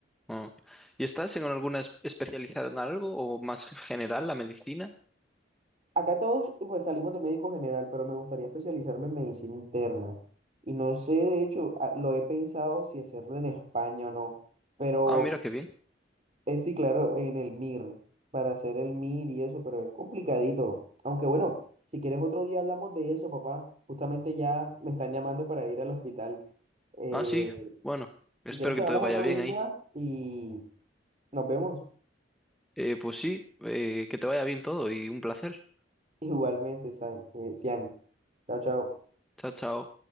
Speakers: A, in the centre; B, on the right.
A: ah, ¿y estás en alguna es- especializada en algo o más ge- general la medicina?
B: Acá todos pues salimos de médico general, pero me gustaría especializarme en medicina interna. Y no sé, de hecho, a- lo he pensado si hacerlo en España o no, pero
A: Ah, mira, qué bien.
B: es sí, claro, en el MIR, para hacer el MIR y eso, pero es complicadito. Aunque bueno, si quieres otro día hablamos de eso, papá. Justamente ya me están llamando para ir al hospital. Eh,
A: Ah, sí, bueno, espero
B: si quieres quedamos
A: que te vaya
B: otro
A: bien
B: día
A: ahí.
B: y nos vemos
A: Eh, pues sí, eh, que te vaya bien todo y un placer.
B: <laughs> igualmente, San, eh, Sian. Chao, chao.
A: Chao, chao.